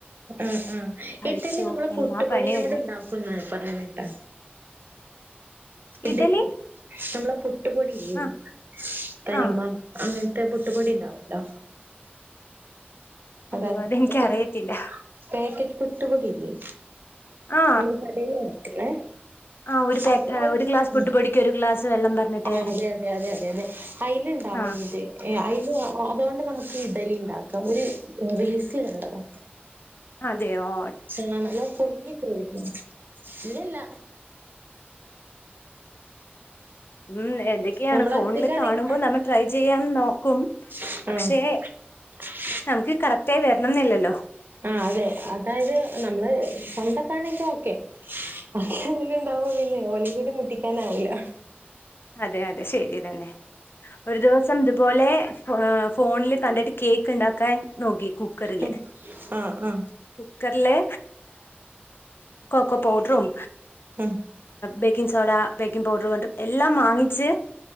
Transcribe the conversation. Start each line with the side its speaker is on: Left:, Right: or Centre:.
Right: ഉം ഉം
Left: കഴിച്ചു
Right: ഇഡലി നമ്മള്
Left: എല്ലാ
Right: പുട്ടുപൊടിനോട്
Left: പണിയും ഒരുങ്ങി
Right: ഉണ്ടാക്കുംന്ന പറഞ്ഞ കേട്ടാ ഇഡ
Left: ഇഡലി
Right: നമ്മളെ പുട്ടുപൊടില്ലേ
Left: ആഹ്
Right: തനിമ
Left: ആഹ്
Right: അങ്ങനെ പുട്ട്പൊടിണ്ടാവല്ലോ
Left: അയ്യോ
Right: അതായത്
Left: അതെനിക്കറിയത്തില്ല
Right: പാക്കറ്റ് പാക്കറ്റ് പുട്ടുപൊടില്ലേ
Left: ആ
Right: നമ്മള് കടേന്ന് മേടിക്കുന്നെ
Left: ആ
Right: അതിനോട്
Left: ഒരു ഗ്ലാസ് പുട്ട്പൊടിക്
Right: ഉം
Left: ഒരു ഗ്ലാസ് വെള്ളം പറഞ്ഞിട്ട്
Right: ആ അതെ അതെ അതെതെ അതെ അത്തിലുണ്ടാവലുണ്ട്
Left: ആഹ്
Right: അയില് അതൊണ്ട് നമുക്ക് ഇഡലി ഉണ്ടാക്കാം ഒരു റീൽസിൽ കണ്ടതാ
Left: അതെ ഓ
Right: ആഹ നല്ല പൊങ്ങിപോകും ഇല്ലല്ല
Left: ഉം എന്തൊക്കെയാണ്
Right: നമ്മളെ
Left: ഫോണില്
Right: ഒറ്റക്കാണെങ്കിൽ
Left: കാണുമ്പോൾ നമ്മ ട്രൈ ചെയ്യാൻ നോക്കും
Right: ആഹ
Left: പക്ഷേ നമുക്ക് കറക്റ്റ ആയി വരണംന്നില്ലല്ലോ
Right: ആ അതെ അതായത് നമ്മള് സ്വന്തക്കാണെങ്കി ഓക്കെ ബാക്കിള്ളോൽ ഇണ്ടാവുമോ പിന്നെ ഓല കൂടി മുട്ടിക്കാനാവില്ല
Left: അതെ അതെ ശരിതന്നെ ഒരു ദിവസം ഇതുപോലെ ഫോണില് കണ്ടിട്ട് കേക്ക് ഉണ്ടാക്കാൻ നോക്കി കുക്കറില്
Right: ഉം. ആ ആ
Left: കുക്കറിലെ കൊക്കോ പൗഡറും
Right: ഉം.
Left: ബേക്കിംഗ് സോഡ ബേക്കിംഗ് പൗഡർ കൊണ്ട് എല്ലാം വാങ്ങിച്ച്